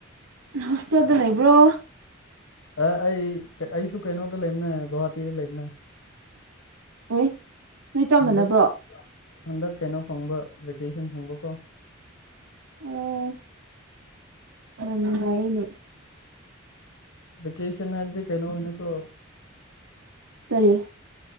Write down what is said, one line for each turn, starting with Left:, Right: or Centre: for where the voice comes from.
Right: ꯍꯣꯁꯇꯦꯜꯗ ꯂꯩꯕ꯭ꯔꯣ
Left: ꯑ ꯑꯩ ꯑꯩꯁꯨ ꯀꯩꯅꯣꯗ ꯂꯩꯕꯅꯦ ꯒꯋꯥꯍꯥꯇꯤꯗ ꯂꯩꯕꯅꯦ
Right: ꯍꯣꯏ ꯅꯣꯏ ꯆꯝꯅꯅꯕ꯭ꯔꯣ
Left: ꯍꯟꯗꯛ ꯍꯟꯗꯛ ꯀꯩꯅꯣ ꯐꯪꯕ ꯚꯦꯀꯦꯁꯟ ꯐꯪꯕꯀꯣ
Right: ꯑꯣ ꯌꯥꯝꯥꯏꯅꯦ
Left: ꯂꯦꯀꯦꯁꯟ ꯍꯥꯏꯕꯗꯤ ꯀꯩꯅꯩꯅꯣꯅꯤꯀ꯭ꯔꯣ
Right: ꯇꯔꯤꯌꯦ